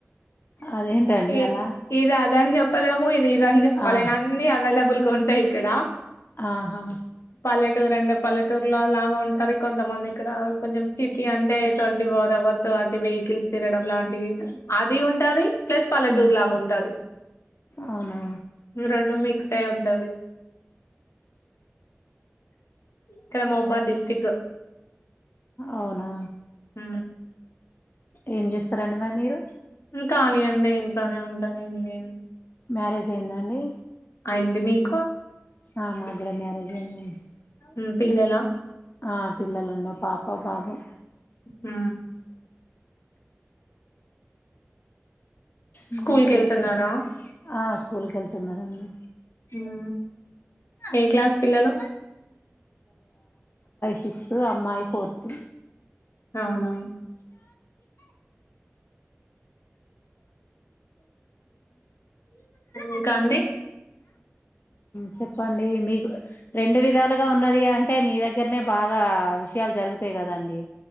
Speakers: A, on the left; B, on the left.
A: అదేంటండి
B: ఇది
A: అలా
B: ఇది అదని చెప్పలేము ఇ ఇదని చెప్పాలేను
A: ఆ
B: అన్ని అవైలబుల్ గా ఉంటాయి. ఇక్కడ
A: ఆహా
B: పల్లెటూరండే పల్లెటూర్లో లాభం అంటారు కొంతమంది ఇక్కడ కొంచెం సిటీ అంటే ట్వంటీ ఫోర్ అవర్స్ అటు వెహికల్స్ తీరడం లాంటివి అది ఉంటది. ప్లస్ పల్లెటూర్
A: హ్మ్.
B: లాగా ఉంటది
A: అవునా
B: ఇగ రెండు మిక్స్ అయ్ ఉంటది. ఇక్కడ మోబ్బా దిస్ చిక్కవ్
A: అవునా
B: ఊ
A: ఏం చేస్తారండి మరి మీరు
B: ఉ ఖాళీ అండి ఇంట్లోనే ఉంటా ఏం చేయను.
A: మ్యారేజ్ అయ్యిందా అండి.
B: అయ్యింది మీకు
A: ఆ మాకు కూడా మ్యారేజ్ అయిందండి
B: ఉ పిల్లలా
A: ఆ పిల్లలు ఉండర్ పాప బాబు
B: ఊ అ
A: ఊ
B: స్కూల్‌కెళ్తున్నారా?
A: ఇంకెంటండి ఆ స్కూల్కి వెళ్తున్నారండి.
B: ఊ ఏ క్లాస్ పిల్లలు
A: సిక్త్ అమ్మాయి ఫోర్త్
B: అవునా ఇంకాండి
A: చెప్పండి మీకు రెండు విధాలుగా ఉన్నది అంటే, మీ దగ్గరనే బాగ్ గా విషయాలు జరుగుతయి కదండి.